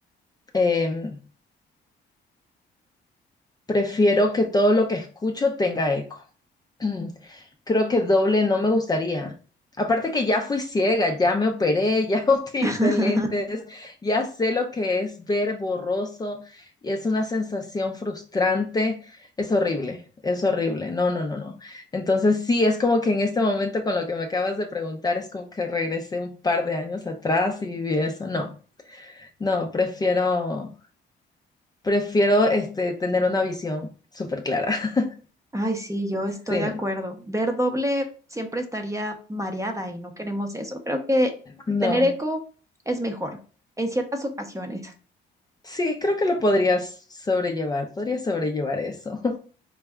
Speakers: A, on the left; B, on the right.
A: Em, prefiero que todo lo que escucho tenga eco. <clears throat> Creo que doble no me gustaría. Aparte que ya fui ciega, ya me operé, ya <laughs> utilicé
B: <laughs>
A: lentes, ya sé lo que es ver borroso y es una sensación frustrante. Es horrible, es horrible. No, no, no, no. Entonces sí, es como que en este momento con lo que me acabas de preguntar, es como que regresé un par de años atrás y viví eso. No, no, prefiero, prefiero este, tener una visión súper clara. <laughs>
B: Ay, sí, yo estoy
A: Sí,
B: de acuerdo. Ver doble siempre estaría mareada y no queremos eso. Creo que
A: no.
B: tener eco es mejor en ciertas ocasiones.
A: Sí, creo que lo podrías sobrellevar, podrías sobrellevar eso. <laughs>